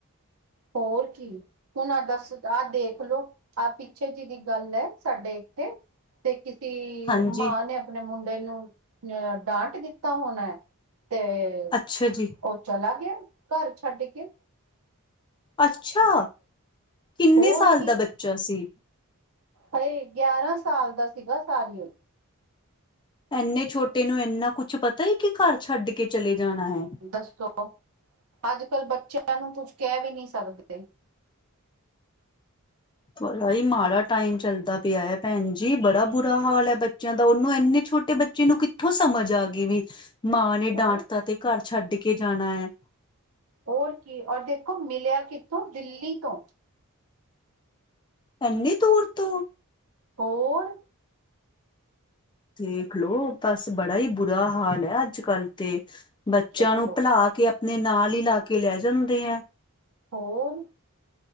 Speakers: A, on the right (about 70°); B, on the left (about 20°).
A: ਹੋਰ ਕੀ। ਹੁਣ ਆਹ ਦੱਸ, ਆਹ ਦੇਖਲਓ, ਆਹ ਪਿੱਛੇ ਜਿਹਦੀ ਗੱਲ ਐ, ਸਾਡੇ ਤੇ, ਕਿਸੀ
B: ਹਾਂਜੀ
A: ਮਾਂ ਨੇ ਅਪ ਆਪਣੇ ਮੁੰਡੇ ਨੂੰ, ਅ ਡਾਂਟ ਦਿੱਤਾ ਹੋਣਾ ਐ, ਤੇ ਤੇ
B: ਅੱਛਾ ਜੀ
A: ਉਹ ਚਲਾ ਗਿਆ, ਘਰ ਛੱਡ ਕੇ।
B: ਅੱਛਾ, ਕਿੰਨੇ
A: ਹੋਰ
B: ਸਾਲ ਦਾ ਬੱਚਾ ਸੀ?
A: ਹਾਏ ਗਿਆਰਾਂ ਸਾਲ ਦਾ ਸੀਗਾ ਸਾਰੀਓ।
B: ਐਨੇ ਛੋਟੇ ਨੂੰ ਇੰਨਾ ਕੁਛ ਪਤਾ ਏ ਕਿ ਘਰ ਛੱਡ ਕੇ ਚਲੇ ਜਾਣਾ ਹੈ।
A: ਦੱਸੋ, ਅੱਜ-ਕੱਲ ਬੱਚਿਆਂ ਨੂੰ ਕੁਛ ਕੈ ਵੀ ਨੀ ਸਕਦੇ।
B: ਬਰਾ ਈ ਮਾੜਾ ਟੈਮ ਚੱਲਦਾ ਪਿਆ ਐ ਭੈਣ ਜੀ ਬੜਾ ਬੁਰਾ ਹਾਲ ਐ ਬੱ ਚਿਆਂ ਦਾ ਉਨੂੰ ਇੰਨੇ ਛੋਟੇ ਬੱਚੇ ਨੂੰ ਕਿੱਥੋਂ ਸਮਝ ਆਗੀ ਵੀ ਮਾਂ ਨੇ
A: ਹੋਰ
B: ਡਾਂਟਤਾ ਤੇ ਘਰ ਛੱਡ ਕੇ ਜਾਣਾ ਐ।
A: ਹੋਰ ਕੀ ਔਰ ਦੇਖੋਂ ਮਿਲਿਆਂ ਕਿੱਥੋਂ ਦਿੱਲੀ ਤੋਂ।
B: ਐਨੀ ਦੂਰ ਤੋਂ।
A: ਹੋਰ।
B: ਦੇਖਲੋ ਬਸ ਬੜਾ ਈ ਬੁਰਾ ਹਾਲ ਐ ਅੱਜ-ਕੱਲ ਤੇ। ਬੱਚਿਆਂ
A: ਦੱਸੋ
B: ਨੂੰ ਭੁਲਾ ਕੇ ਆਪਣੇ ਨਾਲ ਈ ਲਾ ਕੇ ਲੈ ਜਾਂਦੇ ਐ।
A: ਹੋਰ।